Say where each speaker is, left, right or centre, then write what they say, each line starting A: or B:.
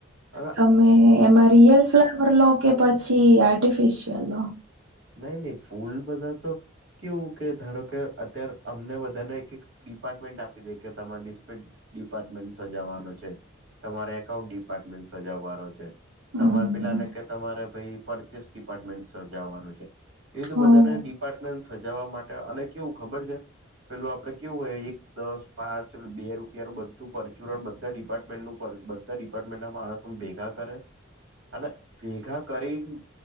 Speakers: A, on the right; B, on the right.
A: હવે
B: તમે એમાં રિયલ્ ફ્લાવર લો કે પછી આર્ટિફિશિયલ લો?
A: નહી નહી ફૂલ બધા તો કેવું કે ધારો કે અત્યારે અમને બધાને એક એક ડિપાર્ટમેન્ટ આપી દે કે તમારે ડિપાર્ટમેન્ટ સજાવાનો છે, તમારે એકાઉન્ટ ડિપાર્ટમેન્ટ સજાવવાનો છે.
B: હમ
A: તમારે પેલાને કે તમારે ભાઈ પરચેસ ડિપાર્ટમેન્ટ સજાવાનું છે. એવી તો
B: હ હા
A: બધાને ડિપાર્ટમેન્ટ સજાવવા માટે અને કેવું ખબર છે. પેલું આપડે કેવું હોય એક દસ પાંચ બે રૂપિયાનું બનું પરચુરણ બ બધા ડિપાર્ટમેન્ટનું બધા ડિપાર્ટમેન્ટ ના માણસ હું ભેગા કરે. અને ભેગા કરીને